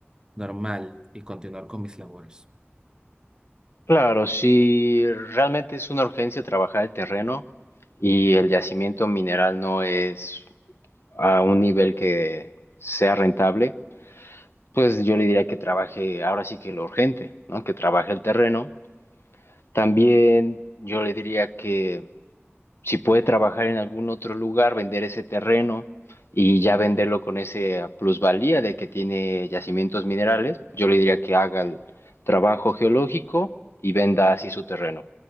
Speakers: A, on the right; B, on the left.
A: normal y continuar con mis labores?
B: Claro, si realmente es una urgencia trabajar el terreno y el yacimiento mineral no es a un nivel que sea rentable, pues yo le diría que trabaje, ahora sí que lo urgente, ¿no? Que trabaje el terreno. También yo le diría que si puede trabajar en algún otro lugar, vender ese terreno y ya venderlo con esa plusvalía de que tiene yacimientos minerales, yo le diría que haga el trabajo geológico y venda así su terreno,